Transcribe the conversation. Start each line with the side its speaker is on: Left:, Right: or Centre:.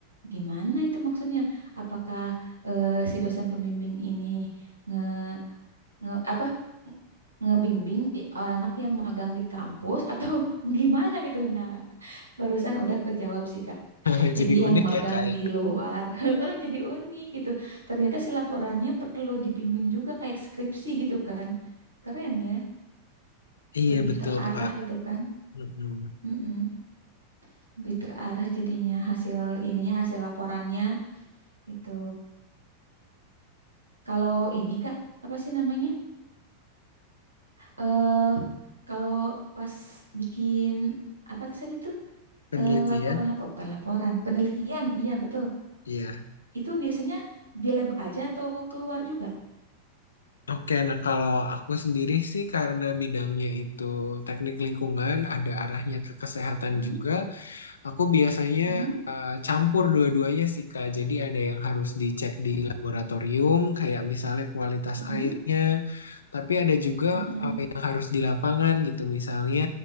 Right: Gimana itu maksudnya? Apakah eh, si dosen pembimbing ini nge, nge apa ngebimbing i- anak yang magang di kampus atau <laughs> gimana gitu? Nah, barusan udah kejawab sih, Kak.
Left: <laughs>
Right: Jadi
Left: Jadi
Right: yang
Left: unik
Right: magang
Left: ya Kak. ya.
Right: di luar, <laughs> heeh, jadi unik gitu. Ternyata si laporannya perlu dibimbing juga kayak skripsi gitu kan. Keren ya
Left: Iya
Right: lebih
Left: betul
Right: terarah
Left: Kak.
Right: gitu kan.
Left: Mm-mm.
Right: Mm-mm. Lebih terarah jadinya hasil ininya hasil laporannya itu. Kalau ini Kak, apa sih namanya? Eh kalau pas bikin apa tadi itu?
Left: Penelitian.
Right: Eh, laporan laporan bukan laporan, penelitian. Iya, betul.
Left: Iya.
Right: Itu biasanya di lab aja atau keluar juga?
Left: Oke, nah kalau aku sendiri sih karena bidangnya itu teknik lingkungan, ada arahnya ke kesehatan
Right: Mm-mm,
Left: juga. Aku biasanya
Right: mm-mm,
Left: eh, campur dua-duanya sih Kak. Jadi ada yang harus dicek di laboratorium, kayak misalnya kualitas
Right: mm-mm,
Left: airnya, tapi ada juga
Right: mm-mm,
Left: yang harus di lapangan gitu. Misalnya